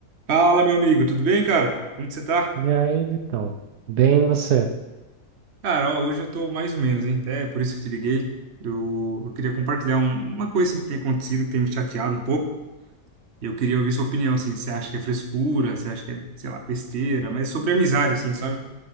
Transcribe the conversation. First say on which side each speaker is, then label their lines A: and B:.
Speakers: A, on the right; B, on the right.
A: Fala, meu amigo, tudo bem, cara? Como que você tá?
B: E aí, Vitão? Bem você?
A: Cara, ó, hoje eu tô mais ou menos, hein? Até por isso que eu te liguei. Eu, eu queria compartilhar um- uma coisa assim, que tem acontecido, que tem me chateado um pouco. E eu queria ouvir sua opinião, assim. Você acha que é frescura? Você acha que é, sei lá, besteira? Mas sobre amizade, assim, sabe?